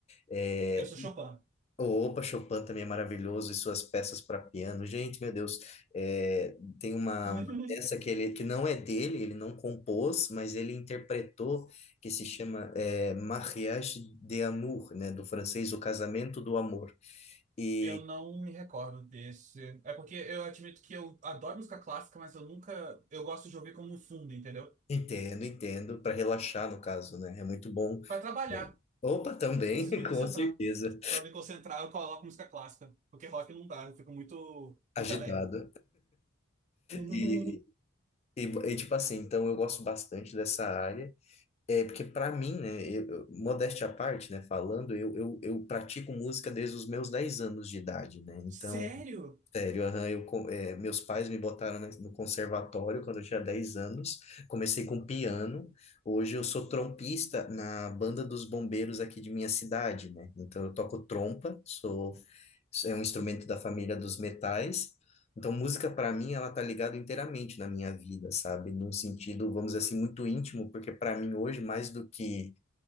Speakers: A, on the left; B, on the right.
A: é,
B: Eu sou Chopin.
A: Opa, Chopin também é maravilhoso e suas peças para piano. Gente, meu Deus, é, tem uma,
B: <laughs> Uhum.
A: uma peça que ele que não é dele, ele não compôs, mas ele interpretou, que se chama é, Mariage de Amour, né, do francês, O Casamento do Amor. E
B: Eu não me recordo desse. É porque eu admito que eu adoro música clássica, mas eu nunca. Eu gosto de ouvir como um fundo, entendeu?
A: entendo, entendo, para relaxar no caso, né? É muito bom.
B: Pra trabalhar,
A: Opa, também,
B: eu preciso
A: <laughs>
B: me
A: com
B: concentrar.
A: certeza.
B: Pra me concentrar, eu coloco música clássica. Porque rock não dá, eu fico muito,
A: Agitado.
B: muito alegre. <laughs>
A: E, e, e, tipo assim, então eu gosto bastante dessa área. É, porque pra mim, né, eu, eu- modéstia à parte, né, falando, eu, eu, eu pratico música desde os meus 10 anos de idade, né, então
B: Sério?
A: Sério, aham, eu, co- eh, meus pais me botaram na- no conservatório quando eu tinha 10 anos. Comecei com piano. Hoje eu sou trompista na banda dos bombeiros aqui de minha cidade, né? Então eu toco trompa, sou, é um instrumento da família dos metais. Então música para mim ela tá ligada inteiramente na minha vida, sabe? Num sentido, vamos dizer assim, muito íntimo, porque para mim hoje mais do que